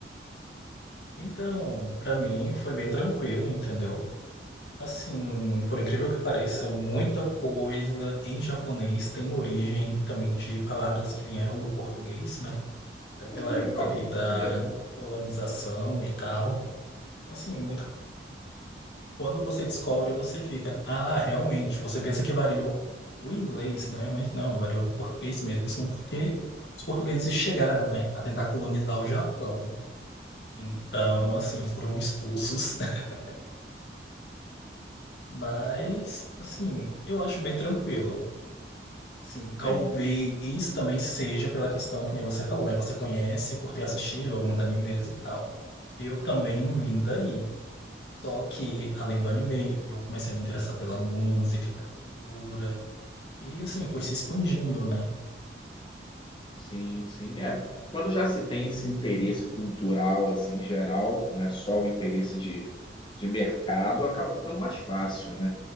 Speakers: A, on the left; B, on the left.
A: Então, para mim foi bem tranquilo, entendeu? Assim, por incrível que pareça, muita coisa em japonês tem origem também de palavras que vieram do português, né? Até pela
B: Pô, que legal,
A: época ali da
B: sabia não.
A: colonização e tal. Então, assim, muito... quando você descobre, você fica, ah, realmente, você pensa que variou do inglês, né? Mas não, variou do português mesmo, porque os portugueses chegaram, né, a tentar colonizar o Japão. Então,
B: Sim,
A: assim, foram expulsos. <laughs> Mas, assim, eu acho bem tranquilo. Sim, talvez
B: entendi.
A: também seja pela questão que nem você falou, né? Você conhece por ter assistido alguns animes e tal. Eu também vim daí. Só que, além do anime, eu comecei a me interessar pela música, pela cultura. E, assim, foi se expandindo, né?
B: Sim, sim, é. Quando já se tem esse interesse cultural, assim, geral, que não é só o interesse de, de mercado, acaba ficando mais fácil, né?